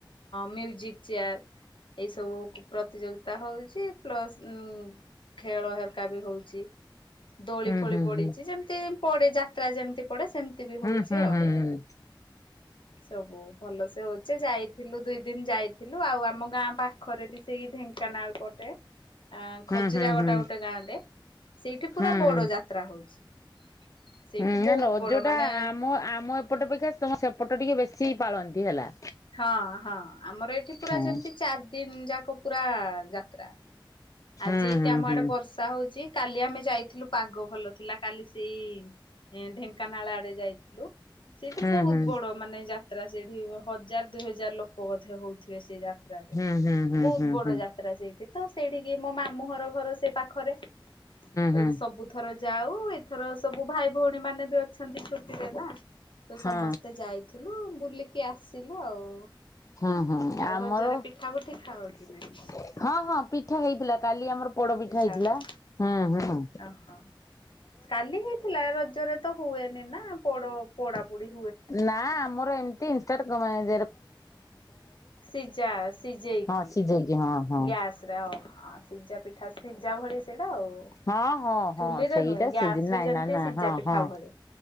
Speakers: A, on the left; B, on the left.
A: ମ୍ୟୁଜିକ ଚେୟାର। ଏଇସବୁ ପ୍ରତିଯୋଗିତା ହଉଛି ପ୍ଲସ ଟୁ। ଖେଳ ହେରକା ବି ହଉଛି, ଦୋଳି
B: ହୁଁ
A: ଫୋଳି
B: ହୁଁ
A: ପଡିଛି,
B: ହୁଁ
A: ଯେମିତି ପଡେ ଯାତ୍ରା ଯେମତି। ପଡେ ସେମିତି ବି ହଉଛି
B: ହୁଁ ହୁଁ
A: ଆଉ
B: ହୁଁ ହୁଁ ହୁଁ।
A: ସବୁ ଭଲସେ ହଉଚି ଯାଇଥିଲୁ ଦୁଇ ଦିନ ଯାଇଥିଲୁ ଆଉ ଆମ ଗାଁ ପାଖରେ ବି ସେଇ ଢେଙ୍କାନାଳ ପଟେ। ଆଁ,
B: ହୁଁ
A: ଖଜୁରିଆଗଟା
B: ହୁଁ ହୁଁ
A: ଗୋଟେ ଗାଁ ଟେ ସେଇଠି
B: ହୁଁ
A: ପୁରା
B: ହୁଁ
A: ବଡ ଯାତ୍ରା ହଉଛି। ସେଇଠି
B: ହୁଁ, ନା
A: ବହୁତ
B: ରଜ
A: ବଡ
B: ଟା
A: ମାନେ
B: ଆମ, ଆମ ଏପଟ ଅପେକ୍ଷା ତମ ସେପଟ ଟିକେ ବେଶୀ ପାଳନ୍ତି ହେଲା।
A: ହଁ, ହଁ, ଆମର ଏଠି ପୂରା
B: ହଁ।
A: ଯେମିତି ଚାରି ଦିନ ଚାରି ଦିନ ଯାକ ପୁରା ଯାତ୍ରା।
B: ହୁଁ
A: ଆଜି ଏଠି ଆମ ଆଡେ
B: ହୁଁ
A: ବର୍ଷା ହଉଛି କାଲି ଆମେ ଯାଇଥିଲୁ ପୁରୀ। ପାଗ ଭଲ ଥିଲା କାଲି ସେଇ, ଢେଙ୍କାନାଳ ଆଡେ ଯାଇଥିଲୁ। ସେଇଠି
B: ହୁଁ
A: ବହୁତ
B: ହୁଁ
A: ବଡ ମାନେ ଯାତ୍ରା ସେଠି ହଜାର, ଦୁଇହଜାର, ଲୋକ ବୋଧେ ହଉଥିବେ ସେ ଯାତ୍ରାରେ। ଯାତ୍ରାରେ,
B: ହୁଁ ହୁଁ ହୁଁ
A: ବହୁତ
B: ହୁଁ ହୁଁ ହୁଁ
A: ବଡ
B: ହୁଁ
A: ଯାତ୍ରା ସେଇଠି ତ ସେଇଠିକି ମୋ ମାମୁଁଘର, ଘର ସେ ପାଖରେ। ତ,
B: ହୁଁ
A: ସବୁଥର ଯା। ଯାଉ ଏଥର ସବୁ ଭାଇ ଭଉଣୀ ମାନେ ବି ଅଛନ୍ତି ଛୁଟିରେ ନା ତ
B: ହଁ
A: ସମସ୍ତେ ଯାଇଥିଲୁ। ହୁଁ ବୁଲିକି ଆସିବୁ ଆଉ।
B: ହଁ, ହଁ
A: ଆଉ
B: ଆମର
A: ରଜରେ
B: ହଁ,
A: ପିଠା ପୁଠି ଖାଅ କି ନାଇଁ ତମେ
B: ହଁ ପିଠା ହୁଏ। ହେଇଥିଲା କାଲି ଆମର ପୋଡପିଠା
A: ପିଠା
B: ହେଇଥିଲା,
A: ହୁଏ
B: ହଁ, ହଁ
A: ଓହୋ। କାଲି ହେଇଥିଲା ରଜରେ ତ ହୁଏନି ନା ପୋଡ ପୋଡାପୋଡି।
B: ନା ଆମର ଏମିତି ଇନଷ୍ଟାଟ କମାଏନି।
A: ସିଝା, ସିଝେଇଛି
B: ହଁ ସିଝେଇକି ହଁ ହଁ
A: ଗ୍ୟାସ ରେ, ହଁ ସିଜାପିଠା, ସିଝା, ଭଳି। ସେଇଟା ଆଉ।
B: ହଁ, ହଁ, ହଁ,
A: ଚୁଲିରେ
B: ସେଇଟା
A: ନୁହେଁ ଗ୍ୟାସ
B: ସିଜି ନାଇଁ,
A: ରେ ଯେମିତି
B: ନାଇଁ, ନା,
A: ସିଝା
B: ହଁ,
A: ପିଠା
B: ହଁ
A: ଭଳି